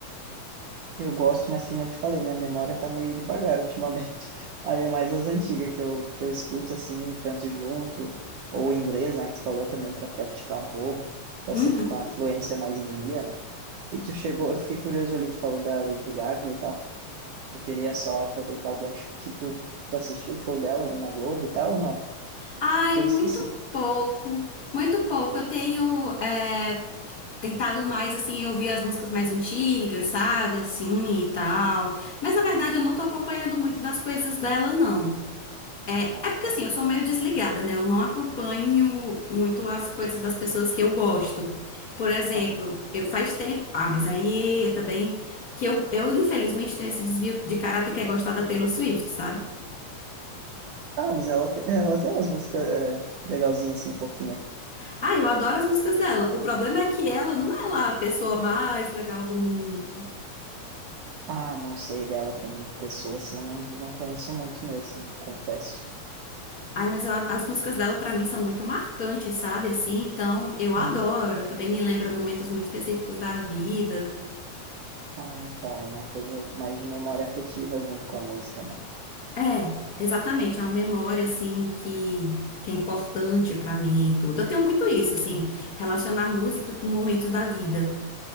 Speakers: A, on the right; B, on the left.
A: Eu gosto, mas que nem eu te falei, minha memória tá meio devagar ultimamente. <laughs> Aí é mais as antigas que eu, que eu escuto assim e canto junto, ou em inglês, né? Que tu falou também para praticar um pouco, tá
B: Uhum.
A: sempre com a fluência mais em dia, né? E tu chegou, eu fiquei curioso ali, tu falou da Lady Gaga e tal. Eu queria só aproveitar o gancho que tu, tu assistiu o show dela ali na Globo e tal, ou não?
B: Ai,
A: Eu
B: muito
A: esqueci.
B: pouco, muito pouco. Eu tenho é, tentado mais, assim, ouvir as músicas mais antigas, sabe, assim e tal. Mas na verdade eu não tô acompanhando muito das coisas dela, não. É,
A: Não.
B: é porque assim, eu sou meio desligada, né? Eu não acompanho muito as coisas das pessoas que eu gosto. Por exemplo,
A: Aham.
B: eu faz tempo. Ah, mas aí também. Que eu, eu, infelizmente, tenho esse desvio de caráter que é gostar da Taylor Swift, sabe?
A: Ah, mas ela tem, ela tem umas músicas é, legalzinhas, assim, fofinha.
B: Ah, eu adoro as músicas dela. O problema é que ela não é lá a pessoa mais legal do mundo.
A: Ah, não sei dela como pessoa, assim, eu não, não conheço muito mesmo, confesso.
B: Ai, mas eu a- as músicas dela pra mim são muito marcantes, sabe? Assim, então eu adoro.
A: Uhum.
B: Também me lembra momentos muito específicos da vida.
A: Ah, tá, é uma coisa mais de memória afetiva junto com a música, né?
B: É, exatamente. É uma memória assim que que é importante pra mim, e tudo. Eu tenho muito isso, assim,
A: Uhum.
B: relacionar música com momentos da vida.